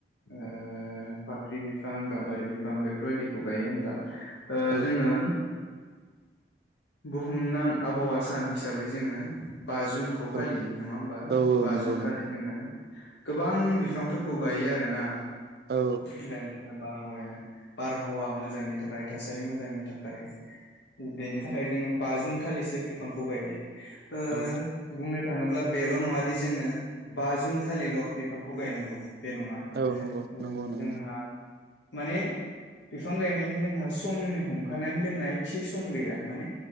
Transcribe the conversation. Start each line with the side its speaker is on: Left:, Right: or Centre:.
Left: ओ फाख्रि बिफां गाम्बारि बिफां बेफोरबायदिखौ गायो होनब्ला। ओ
Right: औ
Left: जोङो बुहुमनां आबहावा सान हिसाबै जोङो बा जुनखौ फालियो
Right: औ
Left: नङा होमबा?
Right: औ औ
Left: बा
Right: नंगौ
Left: जुन खालि
Right: नंगौ
Left: जोङो गोबां बिफांफोरखौ गायो आरोना।
Right: औ
Left: जायनि थाखाय बारहावाया बारहावा मोजांनि थाखाय थासारि मोजांनि थाखाय बेनि थाखाय जोंङो बा जुन खालिसो बिफांखौ गायो ओ
Right: औ
Left: बुंनो थाङोब्ला बेल' नङा बे जोङो बा जुन खालिल' बिफांखौ गायनांगौ। बे नङा।
Right: औ नंगौ
Left: ओ
Right: नंगौ नंगौ
Left: जोंहा माने बिफां गायनायनि जोंहा समनि हमखानानै दोननाय थि सम गैया माने